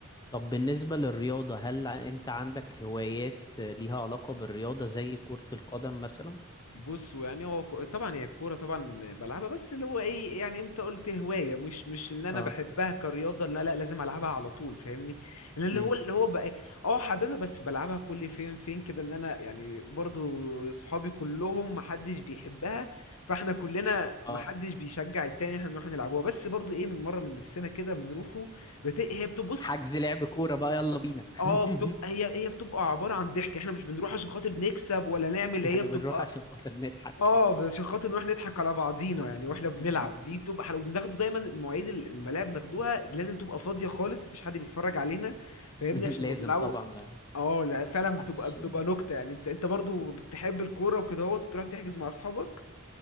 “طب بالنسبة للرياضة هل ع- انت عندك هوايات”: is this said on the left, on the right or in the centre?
Left